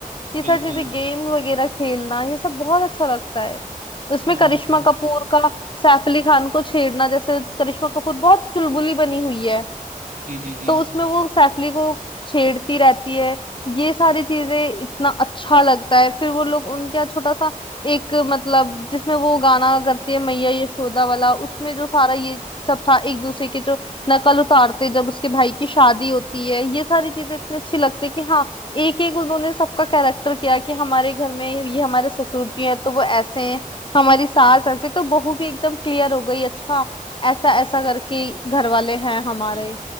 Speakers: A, on the left; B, on the right.
A: ये सारी
B: बिल्कुल
A: चीजें गेम वगैरह खेलना ये सब बहुत अच्छा लगता है उसमें
B: हाँ
A: करिश्मा
B: बिल्कुल
A: कपूर का सैफ अली खान को छेड़ना जैसे करिश्मा कपूर बहुत चुलबुली बनी हुई है
B: जी जी जी
A: तो उसमें वो सैफली को छेड़ती रहती है ये सारी चीजें इतना अच्छा लगता है फिर वो लोग उनके यहाँ छोटा सा एक मतलब जिसमें वो गाना करती है मैया यशोदा वाला उसमें जो सारा ये सब था एक दूसरे की जो नकल उतारते जब उसके भाई की शादी होती है ये सारी चीजें इतनी अच्छी लगती है कि हाँ एक एक उन्होंने सबका कैरेक्टर किया कि हमारे घर में ये हमारे ससुर जी हैं तो वो ऐसे हैं हमारी सास ऐसे तो बहू भी एकदम क्लियर हो गई अच्छा ऐसा ऐसा करके घर वाले हैं हमारे
B: अ,